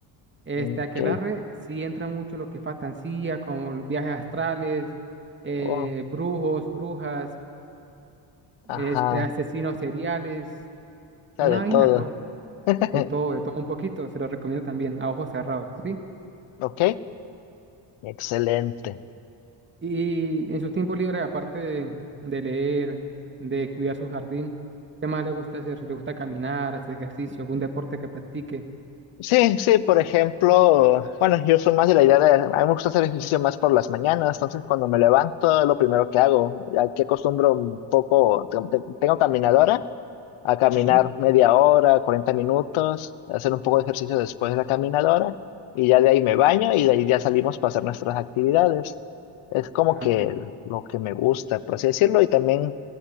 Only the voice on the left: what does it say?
Ok.
Oh,
ajá.
Está
de
todo.
<laughs>
Ok, excelente.
Sí, sí, por ejemplo, bueno, yo soy más de la idea de, a mí me gusta hacer ejercicio más por las mañanas, entonces cuando me levanto es lo primero que hago, aquí acostumbro un poco, te- te- tengo caminadora, a caminar
media hora, 40 minutos, hacer un poco de ejercicio después de la caminadora y ya de ahí me baño y de ahí ya salimos para hacer nuestras actividades. Es como
que lo que me gusta, por así decirlo, y también